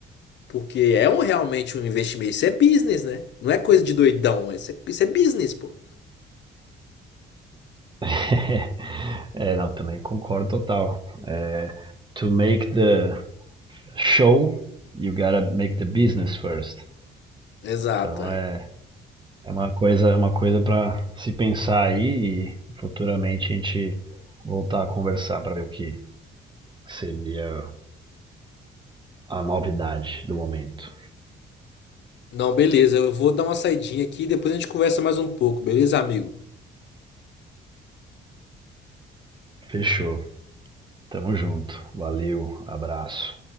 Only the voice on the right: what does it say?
<laughs> É, não, também concordo total. É, to make the show, you gotta make the business first.
Então
é, é uma coisa, é uma coisa para se pensar aí e futuramente a gente voltar a conversar para ver o que seria a novidade do momento.
Fechou. Tamo junto, valeu, abraço.